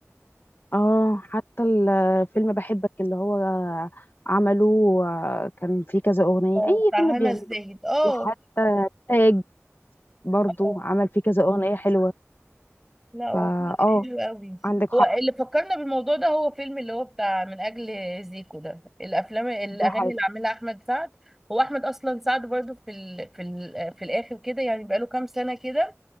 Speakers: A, on the left; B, in the centre.
A: اه حتى الفيلم بحبك اللي هو عمله آه، كان فيه كذا اغنية
B: اه
A: اي
B: بتاع
A: فيلم
B: هنا
A: بيعمله
B: الزاهد اه
A: وحتى تاج برضو
B: اه
A: عمل فيه كذا اغنية حلوة
B: لا هو
A: فا
B: فيلم
A: اه
B: حلو قوي
A: عندك
B: هو
A: حق
B: اللي فكرنا بالموضوع ده هو فيلم اللي هو بتاع من اجل زيكو ده الافلام الاغاني
A: ده حقيقي
B: اللي عاملها احمد سعد هو احمد اصلا سعد برضو في ال... في ال... في الاخر كده يعني بقاله كام سنه كده